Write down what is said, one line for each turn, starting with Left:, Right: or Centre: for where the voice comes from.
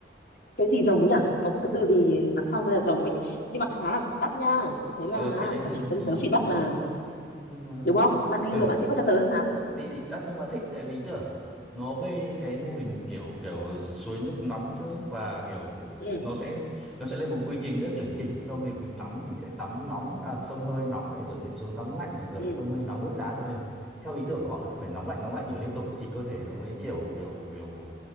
Left: cái gì rồng nhỉ Có một cái từ gì đằng sau tên là rồng ấy Nhưng mà khá là đắt nha Tớ thấy là
Centre: ờ cái đấy thì
Left: các chị tớ,
Centre: thì
Left: tớ feedback
Centre: Thế
Left: là
Centre: đất nhưng mà
Left: Đúng không? Bạn đi
Centre: ờ,
Left: rồi bạn feedback cho tớ xem nào
Centre: đi thì đắt nhưng mà thích tại vì tưởng nó bê cái mô hình kiểu kiểu suối nước nóng tương và kiểu
Left: Ừ,
Centre: nó sẽ nó sẽ lên một quy trình rất là chuẩn chỉnh cho việc mình tắm ấy. mình sẽ tắm nóng à, xông hơi nóng này rồi lại xuống tắm lạnh này rồi
Left: ừ
Centre: lại xông hơi nóng ướp đá nữa Ừ, theo ý tưởng của họ là cứ phải nóng lạnh nóng lạnh đổi liên tục thì cơ thể nó mới kiểu kiểu kiểu